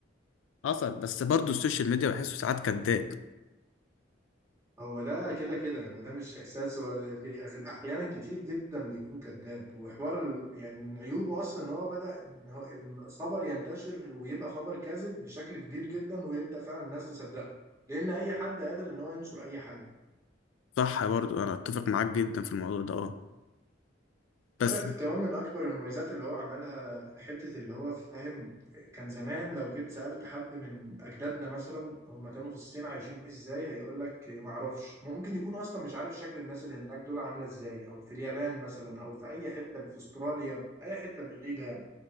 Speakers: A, on the left; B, on the right.
A: حصل بس برضو السوشيال ميديا بحسه ساعات كداب
B: هو ده كده كده هو ده مش احساس هو ده- في أغل- احيانا كتير جدا بيكون كذاب وحوار ال- يعني من عيوبه اصلا ان هو بدا ان هو الخبر ينتشر ويبقى خبر كاذب بشكل كبير جدا ويبدا فعلا الناس تصدقه لان اي حد قادر ان هو ينشر اي حاجه
A: صح برضو انا اتفق معاك جدا في الموضوع ده اه بس
B: عارف كمان من أكبر المميزات اللي هو عملها حتة اللي هو فاهم كان زمان لو جيت سألت حد من أجدادنا مثلا هم كانوا في الصين عايشين إزاي هيقول لك معرفش ممكن يكون أصلا مش عارف شكل الناس اللي هناك دول عاملة إزاي أو في اليابان مثلا أو في أي حتة في أستراليا أي حتة بعيدة يعني.